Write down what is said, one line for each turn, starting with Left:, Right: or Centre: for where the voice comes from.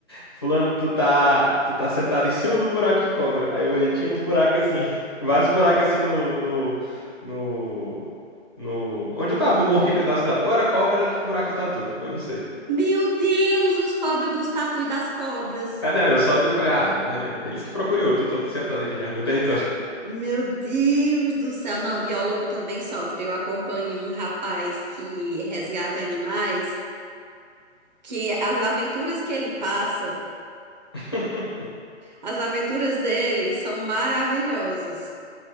Left: Fulano, tu tá, tu tá sentado em cima do buraco de cobra. Aí eu olhei, tinha uns buracos assim, <laughs> vários buracos assim no, no, no, no- onde eu tava, no morrinho que eu tava sentado. Ou era cobra, ou era de buraco de tatu, eu não sei.
Right: Meu Deus, os pobres dos tatu e das cobras.
Left: Ah, não, eu só eu falei, ah, é, eles que procurem outro, tô, tô sentado aqui já, é meu território.
Right: Meu Deus do céu. Não, biólogo também sofre. Eu acompanho um rapaz que resgata animais, que as aventuras que ele passa,
Left: <laughs>
Right: as aventuras dele são maravilhosas.